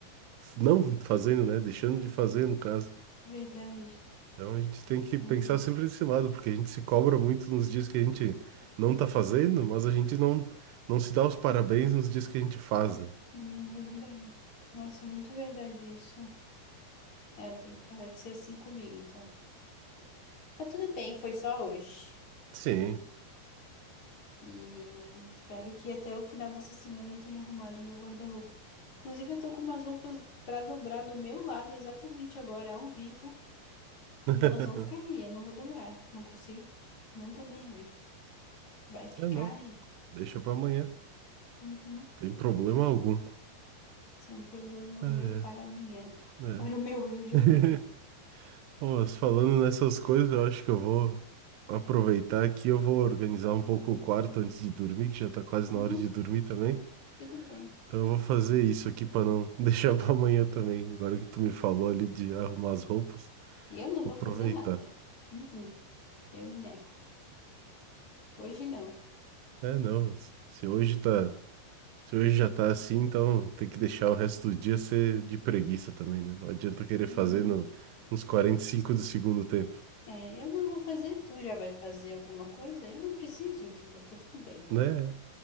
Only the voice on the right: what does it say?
não fazendo, né? Deixando
de fazer, no caso.
Então a gente tem que pensar
sempre nesse lado, porque a gente se cobra muito nos dias que a gente não tá fazendo, mas a gente não, não se dá os parabéns nos dias que a gente faz, né?
Sim.
<laughs>
É, não.
Deixa pra amanhã.
Tem problema algum.
É,
é.
<laughs>
Bom, Mas falando nessas coisas, eu acho que eu vou aproveitar aqui, eu vou organizar um pouco o quarto antes de dormir, que já tá quase
na hora de dormir também.
Então eu vou fazer isso aqui pra não <laughs> deixar pra amanhã também. Agora que tu me falou ali de arrumar as roupas,
vou
aproveitar.
É, não. Se hoje tá, se hoje já tá assim, então tem que deixar o resto do dia ser de preguiça também, né? Não adianta querer
fazer no, nos quarenta
e cinco do segundo tempo,
né?